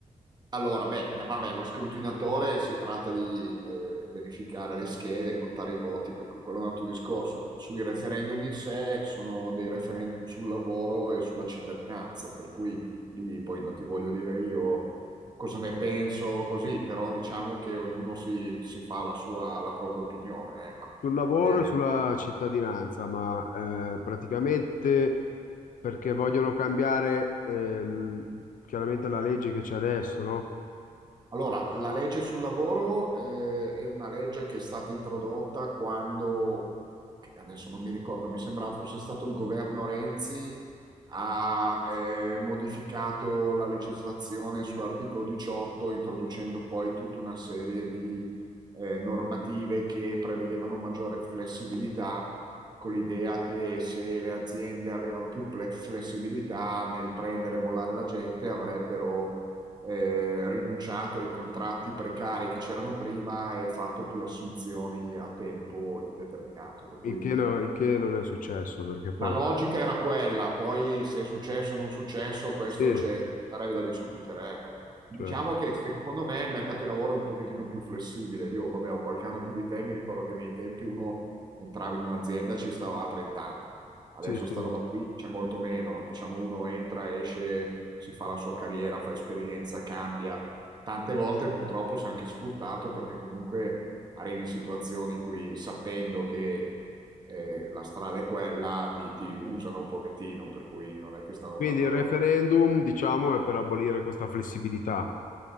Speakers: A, on the right (about 30°); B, on the left (about 75°).
A: Allora, beh, no, vabbè, lo scrutinatore si tratta di eh, verificare le schede, contare i voti, per cui quello è un altro discorso. Sui referendum in sé sono dei referendum sul lavoro e sulla cittadinanza, per cui lì poi non ti voglio dire io cosa ne penso così, però diciamo che ognuno si, si fa la sua, la propria opinione, ecco.
B: sul lavoro
A: Eh,
B: e sulla cittadinanza, ma eh, praticamente perché vogliono cambiare eh, l- chiaramente la legge che c'è adesso, no?
A: Allora, la legge sul lavoro eh, è una legge che è stata introdotta quando, che adesso non mi ricordo, mi sembrava fosse stato il governo Renzi ha eh, modificato la legislazione sull'articolo 18, introducendo poi tutta una serie di eh, normative che prevedevano maggiore flessibilità, con l'idea che se le aziende avevano più ple- flessibilità nel prendere e mollare la gente, avrebbero eh, rinunciato ai contratti precari che c'erano prima e fatto più assunzioni a tempo indeterminato. Per cui
B: Il che, no- il che non è successo, perché poi...
A: la logica era quella, poi se è successo o non successo, questo
B: Sì, eh,
A: c'è, sarebbe da discutere, ecco. Diciamo
B: cioè,
A: che secondo me il mercato di lavoro è un pochettino più flessibile. Io, vabbè, ho qualche anno più di te, mi ricordo che nei miei tempi uno entrava in un'azienda e ci stava a 30 anni. Adesso
B: sì, sì.
A: sta roba qui c'è molto meno. Diciamo, uno entra, esce, si fa la sua carriera, fa esperienza, cambia. Tante volte purtroppo si è anche sfruttato perché comunque arrivi in situazioni in cui sapendo che eh, la strada è quella, ti, ti usano un pochettino, per cui non è che stanno
B: Quindi
A: tanto
B: il
A: a guardare.
B: referendum, diciamo, è per abolire questa flessibilità.